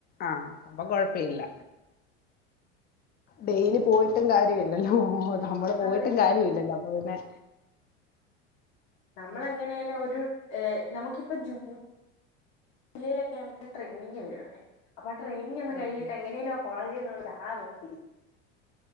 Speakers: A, on the left (about 30°); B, on the left (about 55°).
A: ആഹ് അപ്പൊ കൊഴപ്പയില്ല. ഡെയിലി പോയിട്ടും കാര്യം ഇല്ലല്ലോ നമ്മള് പോയിട്ടും
B: അതെ
A: കാര്യം ഇല്ലല്ല് അതന്നെ.
B: നമ്മള് എങ്ങനെലും ഒരു ഏഹ് നമുക്കിപ്പം ജൂ ണിലോക്കെയാമിട്ട് ട്രെയിനിങ് വരുവണേ അപ്പൊ ആ ട്രെയിനിങ് ഒന്ന്
A: ഉം
B: കഴിയാട്ട് എങ്ങനെലും ആ കോളേജിന്ന് ഒന്ന് ചാടാൻ നോക്കിരി